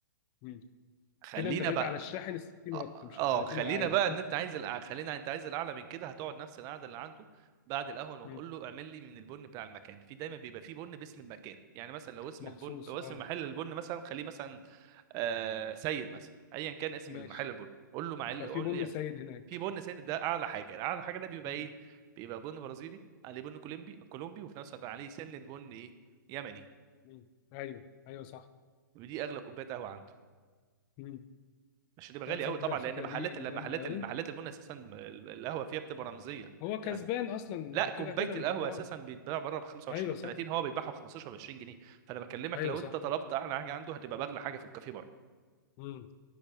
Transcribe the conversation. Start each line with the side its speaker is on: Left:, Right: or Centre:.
Left: مم.
Right: خلينا
Left: كده انت بقيت
Right: بقى
Left: على الشاحن ال 60
Right: اه
Left: واط مش
Right: آه،
Left: ال 30
Right: خلينا
Left: العادي
Right: بقى ان انت عايز الأع... خلينا انت عايز الاعلى من كده هتقعد نفس القعده اللي عنده بعد القهوه نقول
Left: <laughs> مم.
Right: له اعمل لي من البن بتاع المكان في دايما بيبقى في بن باسم المكان يعني مثلا لو اسم
Left: مخصوص
Right: البن لو
Left: اه
Right: اسم محل البن مثلا خليه مثلا آه سيد مثلا ايا كان اسم
Left: ماشي
Right: المحل البن قول له معل
Left: ففي
Right: قول
Left: بن
Right: لي اعمل
Left: سيد هناك
Right: في بن سيد ده اعلى حاجه اعلى حاجه ده بيبقى
Left: مم.
Right: ايه بيبقى بن برازيلي عليه بن كولومبي كولومبي وفي نفس الوقت عليه سنه بن ايه يمني
Left: مم. ايوه ايوه صح
Right: ودي اغلى كوبايه قهوه عنده
Left: مم.
Right: مش هتبقى
Left: لا
Right: غالي
Left: تصدق
Right: قوي طبعا
Left: الفكره
Right: لان محلات
Left: دي
Right: المحلات
Left: جامده قوي
Right: المحلات البن اساسا القهوه فيها بتبقى رمزيه
Left: هو كسبان
Right: يعني
Left: اصلا
Right: لا
Left: وكده
Right: كوبايه
Left: كده من
Right: القهوه
Left: وراك
Right: اساسا بيتباع بره ب 25
Left: ايوه
Right: و
Left: صح
Right: 30 هو بيبيعها ب 15 و 20 جنيه فانا بكلمك
Left: ايوه
Right: لو
Left: صح
Right: انت طلبت اعلى حاجه عنده هتبقى باغلى حاجه في الكافيه بره
Left: مم.